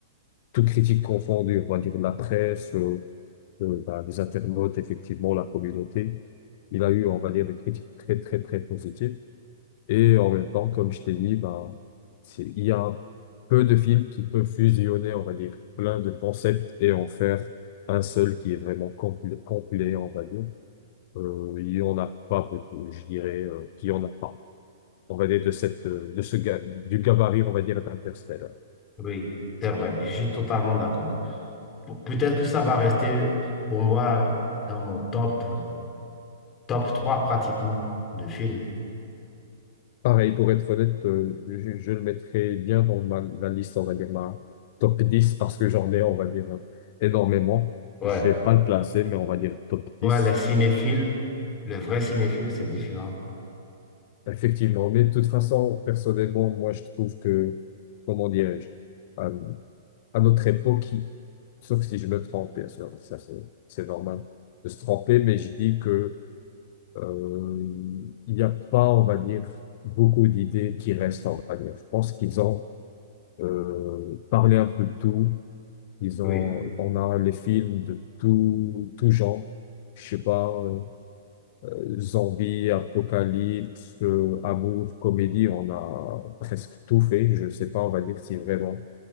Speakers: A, on the left; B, on the left.
A: toutes critiques confondues, on va dire la presse, euh, euh, bah, les internautes, effectivement, la communauté. Il a eu, on va dire, des critiques très très très positives. Et en même temps, comme je t'ai dit, bah, c'est- il y a peu de films qui peuvent fusionner, on va dire, plein de concepts et en faire un seul qui est vraiment complet, complet, on va dire. Euh, il y en a pas beaucoup, je dirais, euh, qu'il y en a pas. on va dire, de cette, euh, de ce, ga- du gabarit, on va dire, d'Interstellar.
B: Oui, c'est vrai, je suis totalement d'accord. Pe- Peut-être que ça va rester pour moi dans mon top, top 3 pratiquement de films.
A: Pareil, pour être honnête, euh, je, je le mettrais bien dans ma, la liste, on va dire, ma top 10 parce que j'en ai, on va dire, euh, énormément.
B: Ouais.
A: Je vais pas le placer, mais on va dire top
B: Ouais,
A: dix
B: les cinéphiles, le vrai cinéphile, c'est différent.
A: Effectivement. Mais de toute façon, personnellement, moi, je trouve que, comment dirais-je, euh, à notre époque, il- sauf si je me trompe, bien sûr, ça, c'est, c'est normal de se tromper, mais je dis que, Euh, il n'y a pas, on va dire, beaucoup d'idées qui restent, on va dire. Je pense qu'ils ont euh, parlé un peu de tout. Ils
B: Oui.
A: ont, on a les films de tout, tout genre. Je sais pas, euh, euh, zombie, apocalypse, euh, amour, comédie, on a presque tout fait. Je sais pas, on va dire si vraiment